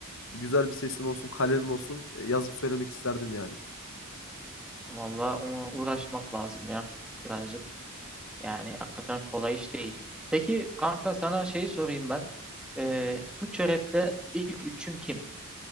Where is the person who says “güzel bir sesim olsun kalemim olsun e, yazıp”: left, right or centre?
Left